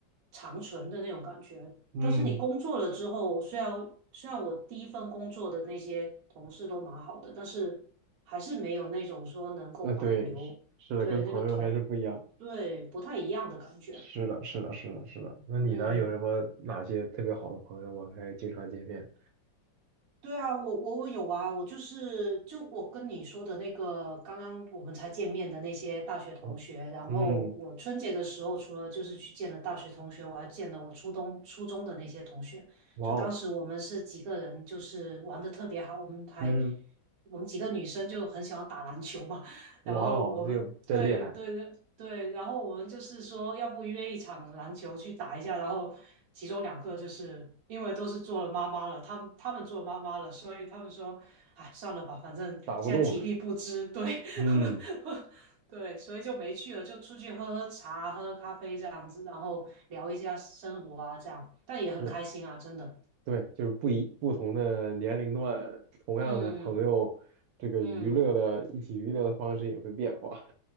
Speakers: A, on the right; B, on the right.
A: 长存的那种感觉。
B: 嗯，
A: 但是你工作了之后，虽然虽然我第一份工作的那些同事都蛮好的，但是还是没有那种说能够保留对那个同对不太一样的感觉。
B: 呃，对，是是的，跟朋友还是不一样。是的，是的，是的，是的。那你呢？
A: 嗯。
B: 有什么哪些特别好的朋友吗？还经常见面？
A: 对啊，我我我有啊，我就是就我跟你说的那个，刚刚我们才见面的那些大学同学，
B: 哦
A: 然后我春节的时候，
B: 嗯，
A: 除了就是去见了大学同学，我还见了我初中初中的那些同学。
B: 哇哦，
A: 就当时我们是几个人，就是玩的特别好，我们还
B: 嗯，
A: 我们几个女生就很喜欢打篮球嘛，<laughs>
B: 哇哦，
A: 然后我们对对，
B: 这个真厉害，
A: 对。对，然后我们就是说，要不约一场篮球去打一下，然后其中两个就是因为都是做了妈妈了，他们他们做妈妈了，所以他们说，哎，算了吧，反正现在体力不支，
B: 打不动了。
A: 对，
B: 嗯，
A: <laughs> 对，所以就没去了，就出去喝喝茶、喝咖啡这样子，然后聊一下生活啊，这样，但也很开心啊，
B: 是，
A: 真的，
B: 对，就是不一不同的年龄段，同样的朋友，
A: 嗯
B: 这个娱乐的一起娱乐的方式也会变化。
A: 嗯。